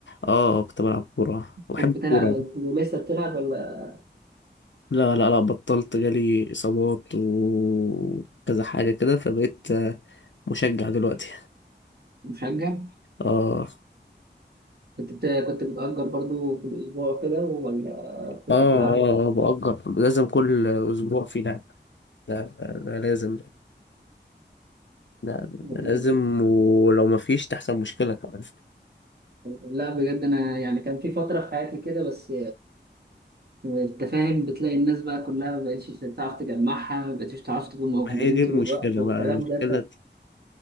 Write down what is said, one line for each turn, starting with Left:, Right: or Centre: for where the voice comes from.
Left: اه كنت بلعب كوره بحب
Right: تحب
Left: الكوره
Right: تلعب ولسه بتلعب ولا
Left: لا لا لا بطلت جالي اصابات وكذا حاجه كده فبقيت آه، مشجع دلوقتي
Right: مشجع
Left: اه
Right: كنت بت... كنت بتأجر برضو في الاسبوع كده ولا
Left: اه
Right: كنت
Left: اه
Right: بتلعب
Left: آه، بأجر لازم كل اسبوع في لعب ده, ده, ده لازم ده, ده
Right: جميل
Left: لازم ولو ما فيش تحصل مشكله كمان
Right: لا بجد انا يعني كان في فتره في حياتي كده بس انت فاهم بتلاقي الناس بقى كلها ما بقتش تعرف تجمعها ما بقتش تعرف تكون موجودين
Left: ما هي دي
Right: طول
Left: المشكلة
Right: الوقت والكلام
Left: بقى المشكلة
Right: ده